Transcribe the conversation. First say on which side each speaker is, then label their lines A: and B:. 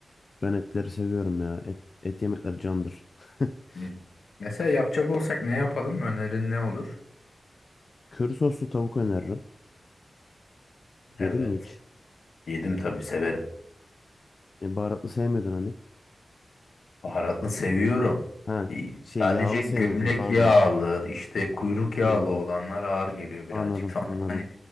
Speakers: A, on the left; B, on the left.
A: Ben etleri seviyorum ya. Et, et yemekleri candır. <laughs>
B: Hı. Mesela yapacak olsak ne yapalım? Önerin ne olur?
A: Köri soslu tavuk öneririm.
B: Evet.
A: Yedin mi hiç?
B: Yedim tabii severim.
A: E, baharatlı sevmiyordun hani.
B: Baharatlı seviyorum.
A: Ha
B: İyi.
A: şey
B: Sadece
A: yağlı
B: gömlek
A: sevmiyorsun pardon.
B: yağlı, işte kuyruk
A: Hmm,
B: yağlı olanlar ağır geliyor birazcık.
A: anladım
B: Sonra
A: anladım.
B: hani